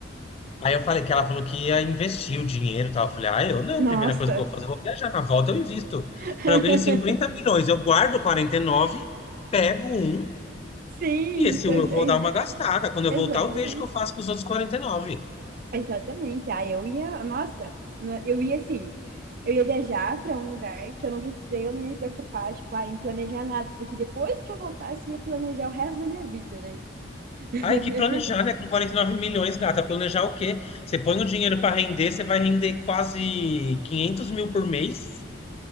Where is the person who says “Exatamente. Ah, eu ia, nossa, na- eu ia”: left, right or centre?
Right